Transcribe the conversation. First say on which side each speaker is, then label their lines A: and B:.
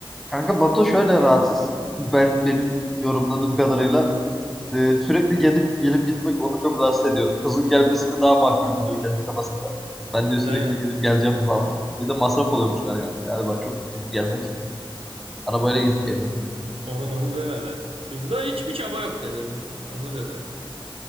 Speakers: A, in the centre; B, on the right.
A: Kanka Batu şöyle rahatsız. Ben benim yorumladığım kadarıyla e, sürekli gelip gelip gitmek onu çok rahatsız ediyor. Kızın gelmesini daha makul buluyor kendi kafasında. Ben diyor sürekli
B: Aynen.
A: gidip geleceğim falan. Bir de masraf oluyormuş galiba, galiba çok gelmek. Arabayla gidip geliyorum.
B: Onu, onu demedi. Kızda hiçbir çaba yok dedi. Onu dedi.